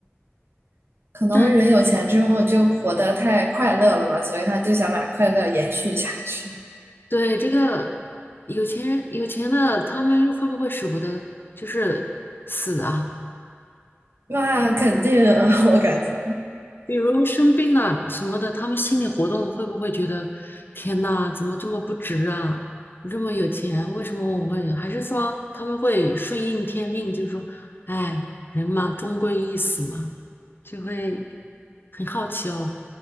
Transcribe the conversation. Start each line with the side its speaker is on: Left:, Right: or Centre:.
Right: 可能人有钱之后就活得太快乐了吧，
Left: 但
Right: 所以他就想把快乐延续下去。
Left: 对这个有钱人，有钱的他们会不会舍不得就是死啊？
Right: 那肯定，<laughs> 我感觉。
Left: 比如生病了什么的，他们心理活动会不会觉得天呐，怎么这么不值啊？我这么有钱，为什么我会？还是说他们会顺应天命，就是说，哎，人嘛，终归一死嘛，就会很好奇哦。